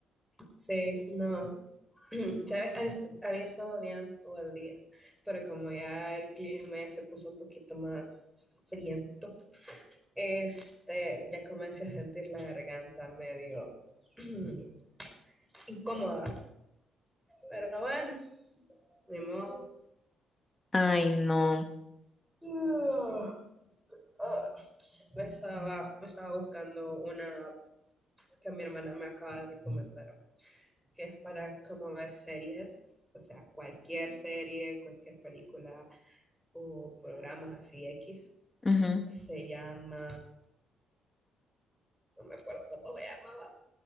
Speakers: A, in the centre; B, on the left (about 20°).
A: Sí, no. <clears throat> ¿Sabes? Ha est- Había estado bien todo el día, pero como ya el clima ya se puso un poquito más friento, este, ya comencé a sentir la garganta medio <clears throat> incómoda. Pero bueno, ni modo.
B: Ay, no.
A: Ah, ah. Me estaba, me estaba buscando una app que mi hermana me acaba de recomendar. que es para como ver series, o sea, cualquier serie, cualquier película o programas así X.
B: Ujú,
A: Se llama, no me acuerdo cómo se llamaba,